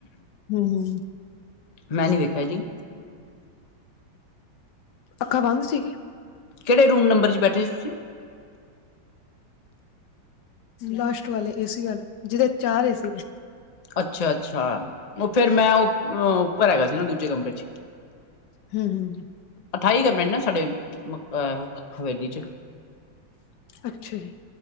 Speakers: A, on the left; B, on the left.
A: ਹੂੰ -ਹੂੰ।
B: ਮੈਂ ਨੀ ਵੇਖਿਆਂ ਜੀ।
A: ਅੱਖਾਂ ਬੰਦ ਸੀਗੀ
B: ਕਿਹੜੇ ਰੂਮ ਨੰਬਰ ਚ ਬੈਠੇ ਸੀ ਤੁਸੀਂ।
A: ਲਾਸਟ ਵਾਲੇ ਏਸੀ ਆਲੇ, ਜੀਦੇ ਚਾਰ ਏਸੀ ਨੇ।
B: ਅੱਛਾ- ਅੱਛਾ, ਉਹ ਫਿਰ ਮੈਂ ਓ ਅ ਉੱਪਰ ਹੈਗਾ ਸੀ ਨਾ ਦੂਜੇ ਕਮਰੇ ਚ।
A: ਹੂੰ- ਹੂੰ।
B: ਅਠਾਈ ਕਮਰੇ ਨੇ ਨਾ ਸਾਡੇ ਅ ਹਵੇਲੀ ਚ।
A: ਅੱਛਾ ਜੀ।